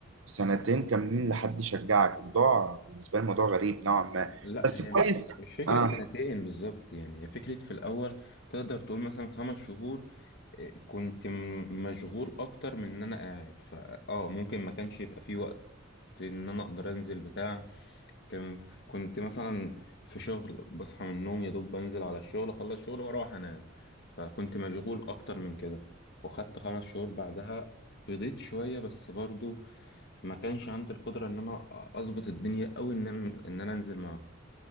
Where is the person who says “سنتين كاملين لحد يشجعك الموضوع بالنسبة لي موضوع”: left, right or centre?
Right